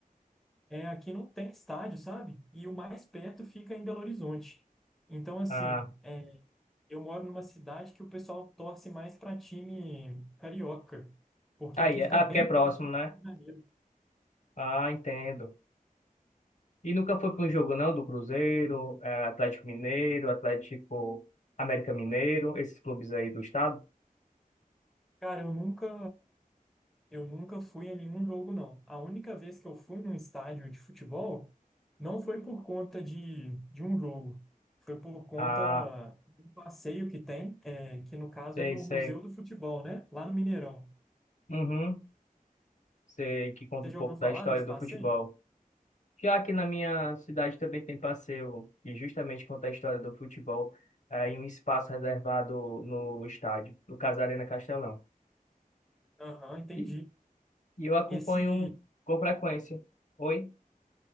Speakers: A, in the centre; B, on the left (about 55°).
A: É, aqui não tem estádio, sabe? E o mais perto fica em Belo Horizonte. Então, assim,
B: Ah,
A: é, eu moro numa cidade que o pessoal torce mais para time carioca, porque
B: aí,
A: aqui
B: é-
A: fica
B: ah,
A: bem
B: porque é próximo,
A: perto
B: né?
A: do Rio de Janeiro.
B: Ah, entendo. E nunca foi para um jogo, não, do Cruzeiro, eh, Atlético Mineiro, Atlético América Mineiro, esses clubes aí do estado?
A: Cara, eu nunca, eu nunca fui a nenhum jogo, não. A única vez que eu fui num estádio de futebol não foi por conta de, de um jogo, foi por conta
B: Ah,
A: de um passeio que tem, é, que no caso
B: sei,
A: é no
B: sei.
A: Museu do Futebol, né? Lá no Mineirão.
B: Uhum, sei que conta
A: Você
B: um
A: já
B: pouco
A: ouviu falar
B: da história
A: desse
B: do
A: passeio?
B: futebol. Já que na minha cidade também tem passeio, e justamente conta a história do futebol, eh, em um espaço reservado no estádio, no caso Arena Castelão.
A: Aham, entendi.
B: E, e eu acompanho
A: Esse
B: com frequência. Oi?